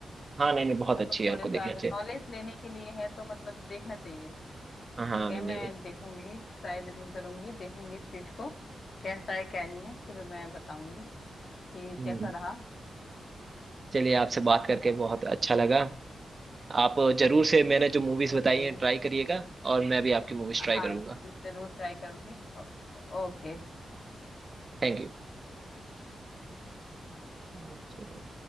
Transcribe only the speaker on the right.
हाँ नहीं नहीं बहुत
अच्छी है
आपको देखना
चाहिए
हाँ
नहीं नहीं
हम्म
चलिए आपसे बात करके बहुत अच्छा लगा आप जरूर से मैंने जो मूवीज
बताई हैं ट्राई करिएगा और मैं भी आपकी मूवीज ट्राई
करूंगा
Thank you